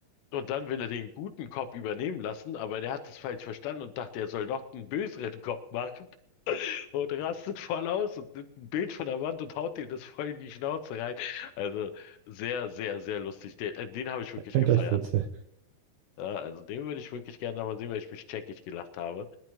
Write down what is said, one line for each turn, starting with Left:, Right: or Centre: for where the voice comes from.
Left: Und dann will er den guten Cop übernehmen lassen, aber der hat es falsch verstanden und dachte, er soll noch einen böseren Cop machen und rastet voll aus und nimmt ein Bild von der Wand und haut ihm das voll in die Schnauze rein. Also sehr, sehr, sehr lustig. Den, äh, den habe ich wirklich
Right: Das klingt
Left: gefeiert.
Right: echt witzig.
Left: Ja, also den würde ich wirklich gerne nochmal sehen, weil ich mich checkig gelacht habe.